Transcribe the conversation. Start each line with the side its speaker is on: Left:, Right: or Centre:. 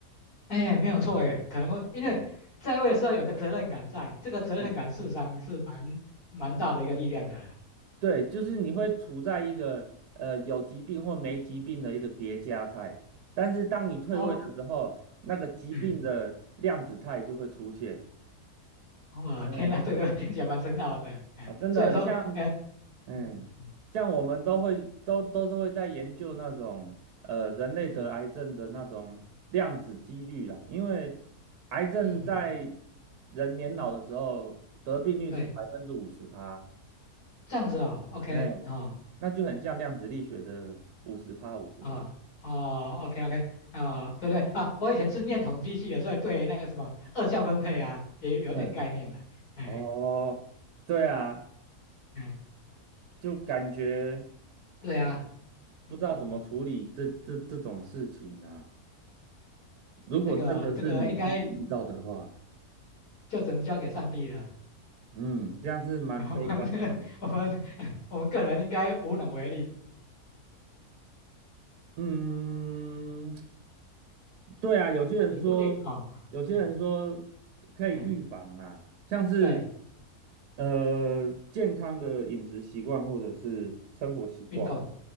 Left: 哎，没有错，哎，可能会因为在位的时候有个责任感在，
Right: 哎
Left: 这个责任感事实上是蛮蛮大的一个力量的啦。
Right: 哎。对，就是你会处在一个呃有疾病或没疾病的一个叠加态，但是当你退位的时候，
Left: 哦，
Right: 那个疾病的量子态就会出现。
Left: 嗯，哇，
Right: 嗯
Left: 天呐，这个听起来蛮深奥的，哎，
Right: 啊，真的像
Left: 虽然说，哎，
Right: 嗯像我们都会都都是会在研究那种呃人类得癌症的那种量子几率啦，
Left: 嗯嗯嗯
Right: 因为癌症在
Left: 嗯嗯，
Right: 人年老的时候得病率是百分之五十趴，
Left: 对，这样子哦，OK，
Right: 哎，
Left: 哦
Right: 那就很像量子力学的五十趴五十趴。
Left: 啊哦，OK OK 啊，对对啊，我以前是念统计系的，所以对那个什么二项分配啊也有点概念的。
Right: 嗯，
Left: 哎
Right: 哦，对啊，
Left: 哎，
Right: 就感觉
Left: 对啊，嗯嗯嗯，
Right: 不知道怎么处理这这这种事情啊。如果真的是你自己遇到的话，
Left: 这个这个应该就只能交给上帝了。
Right: 嗯，这样是蛮悲观的
Left: <laughs> 我们我们我们个人应该无能为力，
Right: 嗯，对啊，
Left: 一一不一定啊。
Right: 有些人说，有些人说
Left: 哎
Right: 可以预防啊，
Left: 哎，
Right: 像是
Left: 对，
Right: 呃健康的饮食习惯或者是生活习惯，
Left: 运动